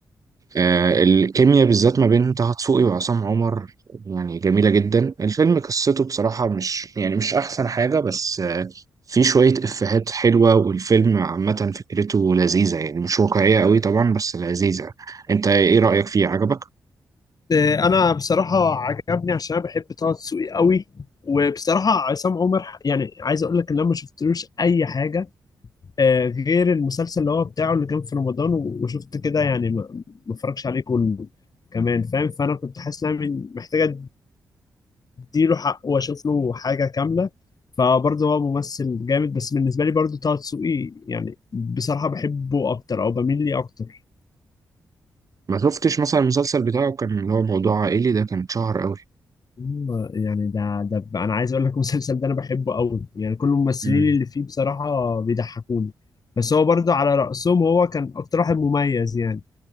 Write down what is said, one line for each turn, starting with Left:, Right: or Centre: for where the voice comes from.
Right: آه الكيمياء بالذات ما بين طه دسوقي وعصام عمر يعني جميلة جدا الفيلم قصته بصراحة مش يعني مش احسن حاجة بس آه في شوية افيهات حلوة والفيلم عامة فكرته لذيذة يعني مش واقعية قوي طبعا بس لذيذة انت ايه رأيك فيه عجبك
Left: أه أنا بصراحة عجبني عشان أنا بحب طه دسوقي قوي وبصراحة عصام عمر يعني عايز أقول لك إن أنا ما شفتلوش أي حاجة آه، غير المسلسل اللي هو بتاعه اللي كان في رمضان و- وشفت كده يعني ما ما اتفرجش عليه كله كمان فاهم فانا كنت حاسس ان انا محتاجه اديله حقه واشوف له حاجه كامله فبرضه هو ممثل جامد بس بالنسبه لي برضه طه دسوقي يعني بصراحه بحبه اكتر او بميل ليه اكتر
Right: ما شفتش مثلا المسلسل بتاعه كان اللي هو موضوع عائلي ده كان شهر قوي
Left: أمم، يعني ده ده ب- انا عايز اقول لك المسلسل ده انا بحبه قوي يعني كل الممثلين
Right: مم.
Left: اللي فيه بصراحه بيضحكوني بس هو برضه على رأسهم هو كان اكتر واحد مميز يعني